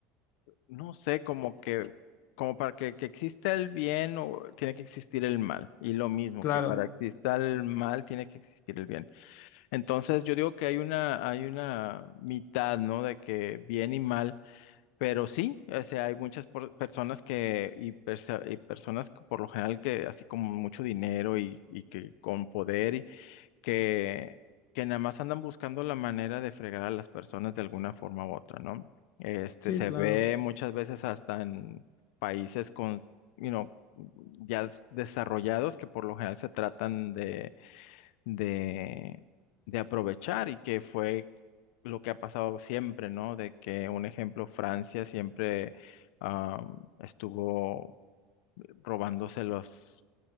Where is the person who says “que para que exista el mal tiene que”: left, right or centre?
Left